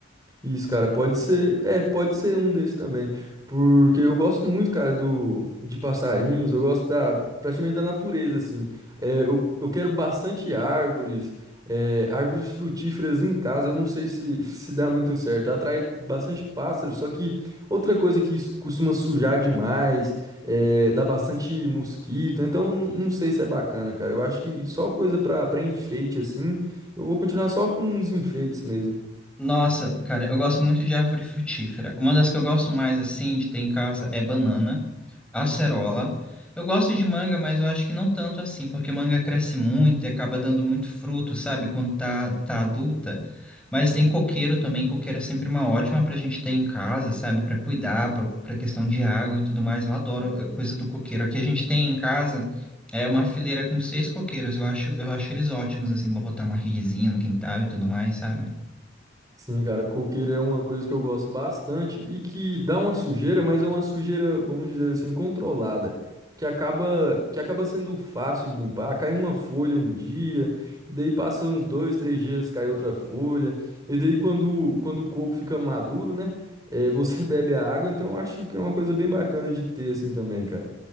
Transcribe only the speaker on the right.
Isso, cara, pode ser, é, pode ser um desses também, porque eu gosto muito, cara, do de passarinhos, eu gosto da praticamente da natureza, assim. É, eu, eu quero bastante árvores, é, árvores frutíferas em casa. Eu não sei se <laughs> se dá muito certo. Atrai bastante pássaros, só que outra coisa que s- costuma sujar demais, é, dá bastante mosquito. Então, n- não sei se é bacana, cara. Eu acho que só coisa pra para enfeite, assim. Eu vou continuar só com os enfeites mesmo.
Sim, cara, coqueiro é uma coisa que eu gosto bastante e que dá uma sujeira, mas é uma sujeira, vamos dizer assim, controlada, que acaba que acaba sendo fácil de limpar. Cai uma folha um dia, daí passa uns dois, três dias, cai outra folha, e daí quando, quando o coco fica maduro, né, é, você <laughs> bebe a água, então eu acho que é uma coisa bem bacana de ter assim também, cara.